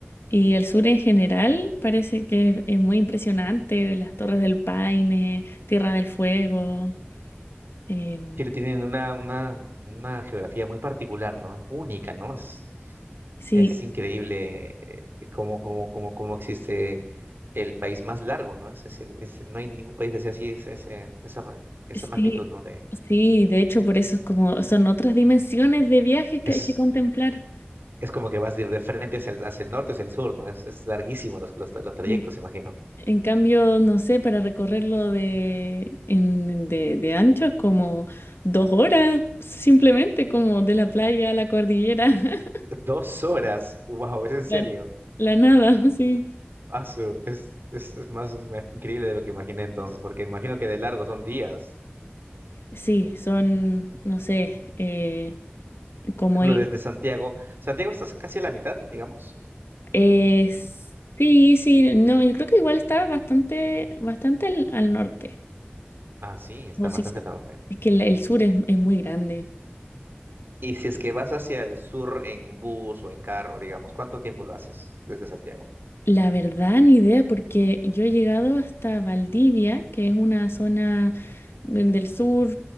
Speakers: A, on the left; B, on the right.
A: y el sur en general parece que es, es muy impresionante, las Torres del Paine, Tierra del Fuego. em,
B: Chile tiene una, una, una geografía muy particular, ¿no? Única, ¿no? Es,
A: sí,
B: es increíble eh, eh, cómo, cómo, cómo, cómo existe el país más largo, ¿no? Es, es el- es- no hay ningún país que sea así, es, ese- esa, ma- esa
A: sí,
B: magnitud, ¿no? De,
A: sí, de hecho por eso es como, son otras dimensiones de viajes
B: es,
A: que hay que contemplar.
B: es como que vas de, de frente hacia el, hacia el norte, hacia el sur, ¿no? Es, es larguísimo los, los, tra- los trayectos,
A: Sí.
B: imagino.
A: En cambio, no sé, para recorrerlo de, en- de, de ancho es como dos horas, simplemente como de la playa a la cordillera, <laughs>
B: Dos horas, wow, es en serio.
A: la, la nada, <laughs> sí.
B: Asu, es, es, es más ima- increíble de lo que imaginé entonces, porque imagino que de largo son días.
A: Sí, son, no sé, eh, como
B: ejemplo,
A: ir.
B: desde Santiago, Santiago está casi a la mitad, digamos.
A: eh, sí, sí, no, yo creo que igual está bastante, bastante al, al norte.
B: Ah, sí, está
A: Como
B: bastante
A: si se-
B: al norte.
A: es que el, el sur es, es muy grande.
B: Y si es que vas hacia el sur en bus o en carro, digamos, ¿cuánto tiempo lo haces desde Santiago?
A: La verdad, ni idea, porque yo he llegado hasta Valdivia, que es una zona en- del sur,